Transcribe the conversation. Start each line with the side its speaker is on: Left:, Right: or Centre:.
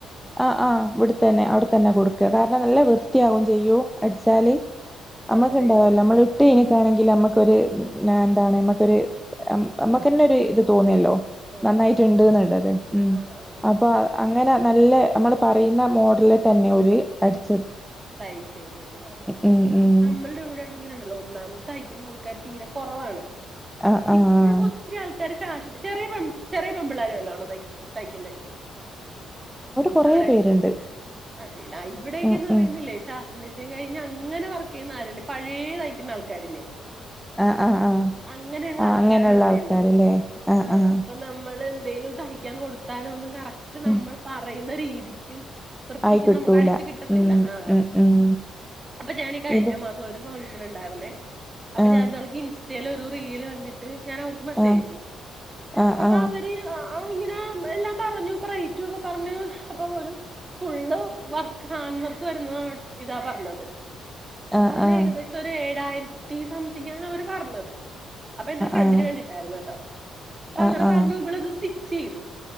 Centre: ആഹ! ആഹ്! ഇവിടെ തന്നെ അവിടെത്തന്നെ കൊടുക്ക കാരണം നല്ല വൃത്തിയാകും ചെയ്യൂ അടിച്ചാല്. നമ്മുക്ക്ണ്ടാവല്ലോ
Right: ആഹ് അതെല്ലേ
Centre: നമ്മള ഇട്ട്ന ആണെങ്കിൽ നമ്മക്കൊരു എന്താണ് നമ്മക്കൊ നമ്മക്ക്ന്നെ ഒരു ഇത് തോന്നല്ലോ.
Right: തോന്നും
Centre: നന്നായിട്ടുണ്ട്
Right: തോന്നുന്നു
Centre: എന്നുള്ളത് ഉ
Right: ആഹ് ആഹ്
Centre: അപ്പൊ അങ്ങനെ നല്ല- നമ്മൾ പറയുന്ന മോഡലിൽ തന്നെ ഒരു അടി-
Right: തയ്ച്ച തരുും അല്ലെ അതെ അതെ
Centre: ഉം
Right: അതെ
Centre: ഉം
Right: നമ്മളുടെ ഇവിടെണെങ്കിലുംണ്ടല്ലോ ഒന്നാമത് തയ്ക്കുന്ന ആള് ആ തീരെ കുറവാണ്
Centre: ആഹ് ആഹ്
Right: ഇപ്പോഴൊക്കെ ഒത്തിരി ആൾക്കാർ ഫഷൻ ചെറിയ ചെറിയ പെമ്പിളരുുംല്ലോ ആണോ തയ് തയ്ക്കുന്നേ?
Centre: കൊറേ
Right: അവിടെ
Centre: പേരുണ്ട്
Right: അതെല്ല ഇവിടക്കന്ന്
Centre: ഉം ഉം
Right: ഫാഷൻ ഡിസൈൻ കഴിഞ്ഞ് അങ്ങനെ വർക്ക് ചെയ്യുന്ന ആരല്ലേ പഴയ തായിക്കുന്ന ആൾക്കാരില്ലേ
Centre: ആഹ് ആഹ് ആഹ്
Right: അങ്ങനെയുള്ള
Centre: ആഹ്
Right: ആൾക്കാരാണ്
Centre: അങ്ങനെയുള്ള
Right: ഇവിടെ
Centre: ആൾക്കാരല്ലേ
Right: ഉള്ളത്
Centre: ആഹ്
Right: ആഹ
Centre: ആഹ്
Right: അപ്പൊ നമ്മള്- എന്തേലും തയ്ക്കാൻ കൊടുത്താലോ ഒും കറക്റ്റ് നമ്മൾ
Centre: ഉം
Right: പറയുന്ന രീതിക്കും വൃത്തിക്കും
Centre: ആയി കിട്ടൂല
Right: നമുക്ക് അടിച്ചു കിട്ടത്തില്ല
Centre: ഉം
Right: ആ
Centre: ഉം ഉം
Right: അപ്പൊ ഞാനീ കഴിഞ്ഞ
Centre: ഇത്
Right: മാസം ഒരു സ- ണ്ടായിുന്നേ അപ്പൊ
Centre: ആഹ്
Right: ഞാൻ എ തുണി ഇൻസ്റ്റൽ ഒരു റീൽ കണ്ടിട്ട് ഞാൻ അവർക്ക് മെസ്സേജ്യച്ചു
Centre: ആഹ് ആഹ്
Right: അപ്പൊ
Centre: ആഹ്
Right: അവര് ആ ഇങ്ങനെ എല്ലാം പറഞ്ഞു റേറ്റ ഒക്കെ പറഞ്ഞു അപ്പ ഒരു ഫുള് വർക്ക് ഹാൻവർക്ക് വരുന്നു ഇതാ പറഞ്ഞത് അപ്പൊ
Centre: ആഹ്
Right: അതിന്
Centre: ആഹ്
Right: ഏകദേശം ഒരു ഏഴായിരം- സംതിങ്ങ ആണ് അവര് പറഞ്ഞത് അപ്പൊ എന്റെ ഒരു ഫ്രണ്ടിന്
Centre: ആഹ്
Right: വേണ്ടിട്ടായിരുന്നു കേട്ടോ അപ്പ
Centre: ആഹ്
Right: അങ്ങനെ പറഞ്ഞു
Centre: ആഹ്
Right: ഇളത് സ്റ്റിച്ച് ചെയ്തു